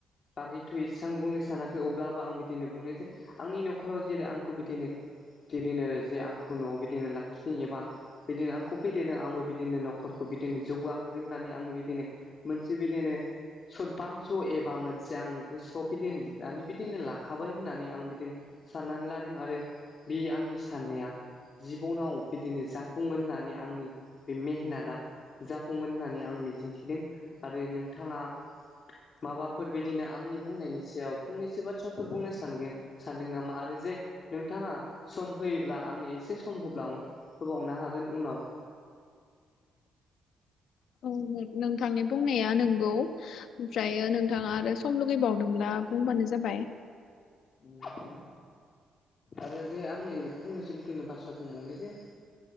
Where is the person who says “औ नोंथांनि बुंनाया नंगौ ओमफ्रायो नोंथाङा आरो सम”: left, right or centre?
Left